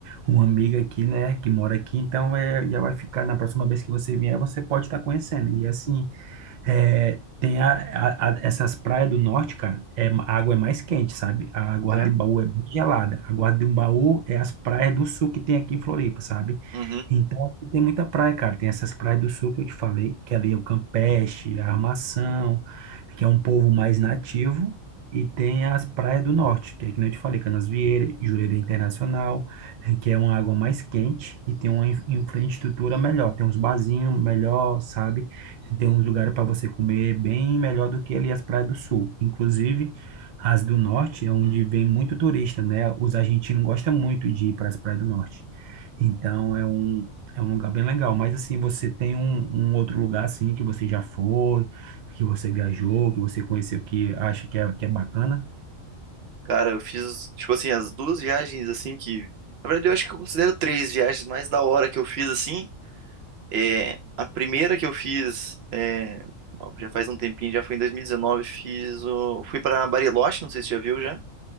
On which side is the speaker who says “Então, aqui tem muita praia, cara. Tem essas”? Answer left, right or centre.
Right